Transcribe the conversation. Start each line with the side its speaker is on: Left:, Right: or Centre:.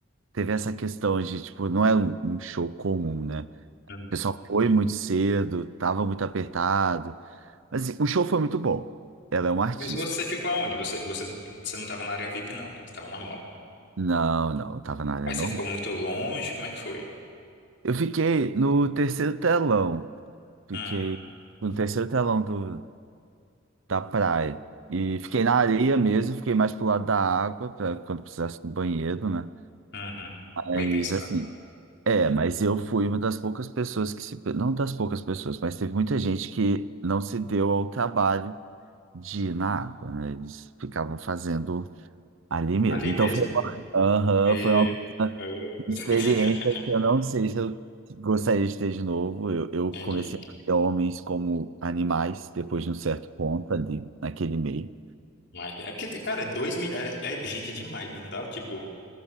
Right: teve essa questão de, tipo, não é um, um show comum, né?
Left: Hum.
Right: O pessoal foi muito cedo, tava muito apertado. Mas assim, o show foi muito bom. Ela é uma artista.
Left: Mas você ficou aonde? Você, você, você não tava na área VIP, não, né? Você tava normal.
Right: Não, não, eu tava na área
Left: Aí você
Right: normal.
Left: ficou muito longe, como é que foi?
Right: Eu fiquei no terceiro telão. Fiquei
Left: Hum,
Right: no terceiro telão do, da praia. E fiquei na areia mesmo, fiquei mais pro lado da água, pra quando precisasse do banheiro, né?
Left: uhum.
Right: Mas
Left: Bem pensado.
Right: assim. É, mas eu fui uma das poucas pessoas que se. Não das poucas pessoas, mas teve muita gente que não se deu ao trabalho de ir na água, né? Eles ficavam fazendo ali mesmo.
Left: Ali
Right: Então
Left: mesmo?
Right: foi uma, Aham,
Left: Me...
Right: foi uma
Left: <laughs>
Right: uma experiência que eu não sei se eu gostaria de ter de novo. Eu, eu
Left: Entendi.
Right: comecei a ver homens como animais depois de um certo ponto ali, naquele meio.
Left: Mas é porque, cara, é dois mil... é, é gente demais, né? Não dava, tipo.